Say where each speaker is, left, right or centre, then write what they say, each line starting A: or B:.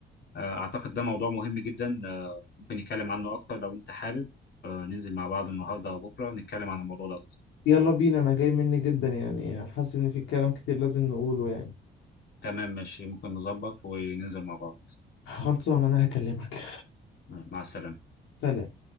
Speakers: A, on the left (about 60°); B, on the left (about 85°).
A: آه، اعتقد ده موضوع مهم جدا آه، ممكن نتكلم عنه اكتر لو انت حابب آه، ننزل مع بعض النهارده او بكره نتكلم عن الموضوع ده أكتر.
B: يلا بينا انا جاي مني جدا يعني حاسس ان في كلام كتير لازم نقوله يعني
A: تمام ماشي ممكن نظبط وننزل مع بعض
B: خلصان انا هكلمك
A: آه، مع السلامه
B: سلام